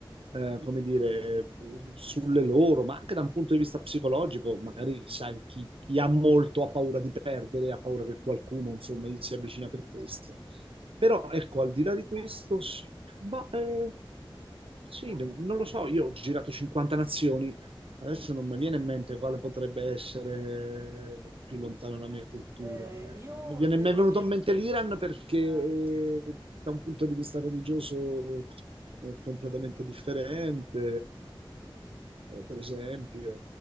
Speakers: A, on the right (about 80°); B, on the right (about 30°).
A: eh, come dire, sulle loro, ma anche da un punto di vista psicologico, magari sai, chi, chi ha molto ha paura di perdere, ha paura che qualcuno, insomma, gli si avvicina per questo. Però ecco, al di là di questo, s- ma, eh, sì, non lo so, io ho girato 50 nazioni Adesso non mi viene in mente quale potrebbe essere più lontano la mia cultura.
B: Eh,
A: eh.
B: io
A: Mi viene-
B: devo
A: mi è venuto
B: dire...
A: in mente l'Iran perché
B: ah,
A: eh, da un punto di vista religioso è completamente differente, eh, per esempio,